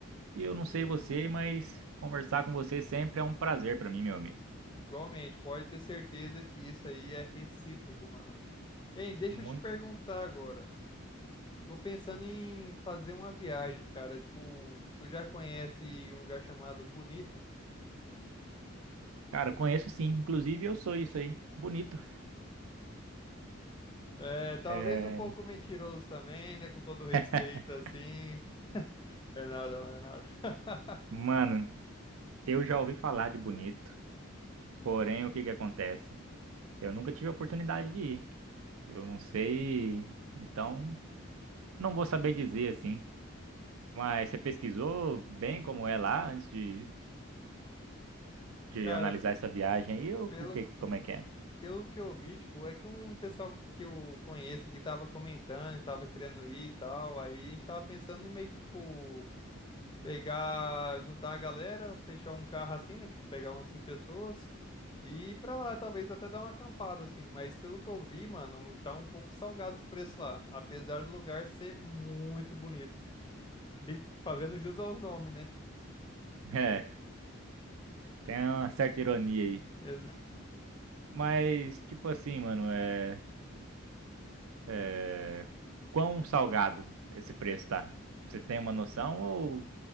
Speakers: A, on the right; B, on the left.
A: e
B: minha
A: eu não
B: opinião.
A: sei você, mas conversar com você sempre é um prazer pra mim, meu amigo.
B: Igualmente, pode ter certeza que isso aí é recíproco, mano. Hein, deixa
A: Muito.
B: eu te perguntar agora. Tô pensando em fazer uma viagem, cara. Tipo, tu já conhece um lugar chamado Bonito?
A: Cara, conheço sim, inclusive eu sou isso aí. Bonito.
B: É, talvez
A: É...
B: um pouco mentiroso também, né? Com todo respeito,
A: <laughs>
B: assim. É nada, mano, é nada. <laughs>
A: Mano, eu já ouvi falar de bonito, porém o que que acontece? Eu nunca tive a oportunidade de ir. Eu não sei, então não vou saber dizer assim. Mas você pesquisou bem como é lá antes de, de
B: Cara,
A: analisar essa viagem aí, ou
B: pelo,
A: o que, como é que é?
B: pelo que eu vi, tipo, é que um pessoal que eu conheço que tava comentando e tava querendo ir e tal, aí a gente tava pensando em meio que, tipo, pegar, juntar a galera, fechar um carro assim, né? Tipo, pegar umas cinco pessoas e ir pra lá, talvez até dar uma acampada, assim. Mas pelo que eu vi, mano, tá um pouco salgado os preços lá, apesar do lugar ser muito bonito. Li- Fazendo jus ao nome, né?
A: É, tem uma certa ironia aí.
B: <laughs> Exato.
A: Mas, tipo assim, mano, é, é... Quão salgado esse preço tá? Você tem uma noção ou